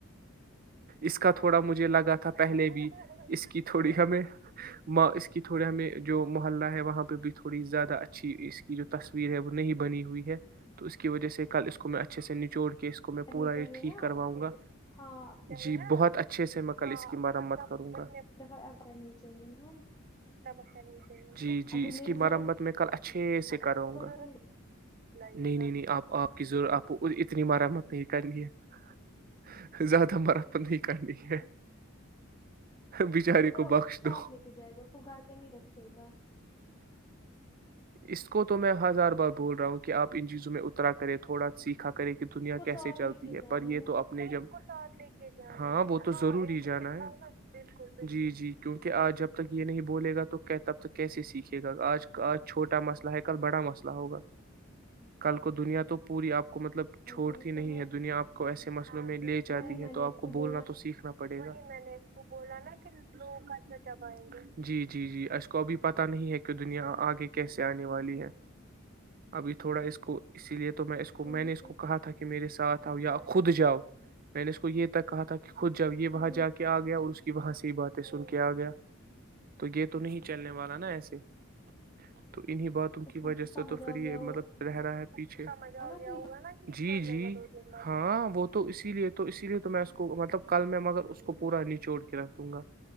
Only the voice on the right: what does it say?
اس کا تھوڑا مجھے لگا تھا پہلے بھی اس کی تھوڑی ہمیںاں اس کی تھوڑی ہمیں جو محلہ ہے وہاں پہ بھی تھوڑی زیادہ اچھی اس کی جو تصویر ہے وہ نہیں بنی ہوئی ہے تو اس کی وجہ سے کل اس کو میں اچھے سے نچوڑ کیس کو میں
پورا ہی
ٹھیک
کرواؤں گا
جی بہت اچھے سے میں کل اس کی مرمت کروں گا
ہ جی جی
اس
کی
مرمت میں کل اچھے سے کراوں
گا
نہیں نہیں نہیں آپ آپ کی ضرور آپ اتنی مرمت نہیں کرنی ہے زیادہ ہم مارپن نہیں کرنی ہے بیچارے
بخش
دو
اس کو تو میں ہزار بار بول رہا ہوں کہ آپ ان چیزوں میں اترا کرے تھوڑا سیکھا کرے کہ
دنیا
کیسے
چلتی
ہے
ے تو اپنے جب پرساد لے کے ہاں وہ تو ضرور ہی جانا ہے جی جی کیونکہ آج جب تک یہ نہیں بولے گا تو تب تک کیسے سیکھے گا آج آج چھوٹا مسئلہ ہے کل بڑا مسئلہ ہوگا کل کو دنیا تو پوری آپ مطلب چھوڑتی
نہیں
ہے دنیا آپ کو ایسے مسئلوں میں لے جاتی
ہے
تو آپ
کو بولنا
تو سیکھنا نا پڑے گا <unintelligible> میں نے اس کو بولا نا کہ <unintelligible> جی جی جی اس کو ابھی پت نہیں ہے کہ دنیا آگے کیسے آنے والی ہے ابھی تھوڑا اس کو اسی لیے <unintelligible> تو میں اس کو
میں نے اس
کو کہا تھا کہ <unintelligible> کہ میرے ساتھ آ <unintelligible> خود جاؤ <unintelligible> میں نے اس کو یہ تک کہا تھا کہ <unintelligible> خود جب یہ وہاں
جا کے آ گیا اور اس کہ وہاں سے یہ باتیں سن کے آ گیا تو یہ تو نہیں چلنے والا نا ایسے <unintelligible> تو انہی باتوں
کی
وجہ سے
تو پھر
یہ
مطلب چہرا ہے پیچھے س م آ
گیا
ہوگا نا جی جی <unintelligible> ہاں وہ تو اسی لیے <unintelligible> تو اسی لیے تو میں اس کو مطلب کل میں مگر <unintelligible> اس کو پورا نچوڑ کے رکھ دوں گا